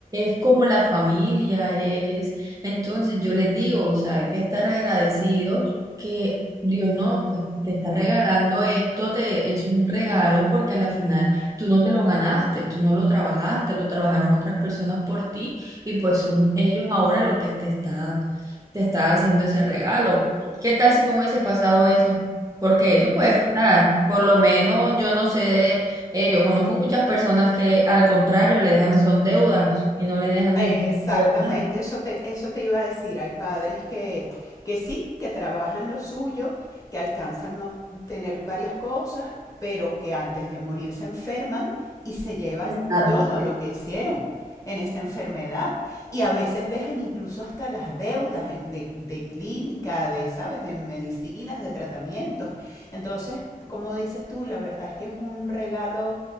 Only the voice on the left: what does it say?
Es,
Eh,
Exactamente,
eso te, eso te iba a decir. Hay padres que, que sí, que trabajan lo suyo, que alcanzan a obtener varias cosas, pero que antes de morir se enferman y se llevan
todo lo que hicieron en esa enfermedad. Y a veces dejan incluso hasta las deudas en- de, de clínica, de, ¿sabes?, de medicinas, de tratamientos. Entonces, como dices tú, la verdad es que es un regalo